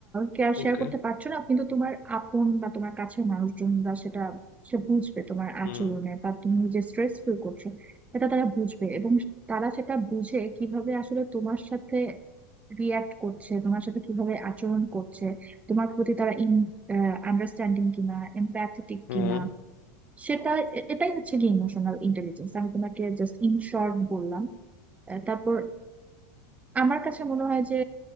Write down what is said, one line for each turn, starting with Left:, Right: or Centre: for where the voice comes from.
Right: কেয়ার শেয়ার
Left: ওকে
Right: করতে পারছো না কিন্তু তোমার আপন বা তোমার কাছের মানুষজন বা সেটা সে বুঝবে তোমার
Left: হুম
Right: আচরণে বা তুমি যে স্ট্রেস ফিল করছো এটা তারা বুঝবে এবং তারা সেটা বুঝে কিভাবে আসলে তোমার সাথে রিয়াক্ট করছে তোমার সাথে কিভাবে আচরণ করছে তোমার প্রতি তারা আন্ডারস্ট্যান্ডিং কিনা এমপ্যাথেটিক
Left: হুম
Right: কিনা সেটা এ- এটাই হচ্ছে কি ইমোশনাল ইন্টেলিজেন্স আমি তোমাকে জাস্ট ইন শর্ট বললাম আহ তারপর আমার কাছে মনে হয় যে